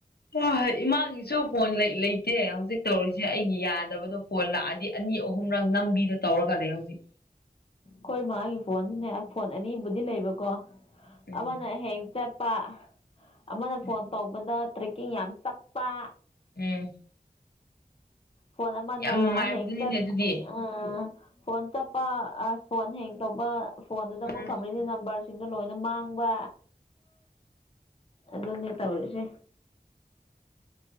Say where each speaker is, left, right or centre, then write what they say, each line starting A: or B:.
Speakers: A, on the left; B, on the left.
A: ꯍ ꯏꯃꯥꯒꯤꯁꯨ ꯐꯣꯟ ꯂꯩ ꯂꯩꯇꯦ ꯍꯧꯖꯤꯛ ꯇꯧꯔꯤꯁꯦ ꯑꯩꯒꯤ ꯌꯥꯗꯕꯗꯣ ꯐꯣꯟ ꯂꯥꯛꯑꯗꯤ ꯑꯅꯤ ꯑꯍꯨꯝꯔꯛ ꯅꯝꯕꯤꯗꯣ ꯇꯧꯔꯒ ꯂꯩ ꯍꯧꯖꯤꯛ
B: ꯈꯣꯏ ꯃꯥꯒꯤ ꯐꯣꯟꯁꯤꯅꯦ ꯐꯣꯟ ꯑꯅꯤꯕꯨꯗꯤ ꯂꯩꯕꯀꯣ
A: ꯎꯝ
B: ꯑꯃꯅ ꯍꯦꯡ ꯆꯠ ꯄꯥ ꯑꯃꯅ
A: ꯎꯝ
B: ꯐꯣꯟ ꯇꯧꯕꯗ ꯇ꯭ꯔꯦꯛꯀꯤꯡ ꯌꯥꯝ ꯆꯞꯄ
A: ꯎꯝ
B: ꯐꯣꯟ ꯑꯃꯅ
A: ꯌꯥꯝ ꯅꯨꯡꯉꯥꯏꯕꯗꯨꯅꯤꯅꯦ
B: ꯍꯦꯛꯇ
A: ꯑꯗꯨꯗꯤ
B: ꯎꯝ ꯐꯣꯟ ꯆꯞꯄ ꯑꯥꯏ ꯐꯣꯟ ꯍꯦꯡ ꯇꯧꯕ ꯐꯣꯟꯗꯨꯗ ꯑꯃꯨꯛ
A: ꯎꯝ
B: ꯊꯝꯔꯤꯅꯤ ꯅꯝꯕꯔ ꯁꯤꯡꯗꯣ ꯂꯣꯏꯅ ꯃꯥꯡꯕ ꯑꯗꯨꯅꯦ ꯇꯧꯔꯤꯁꯦ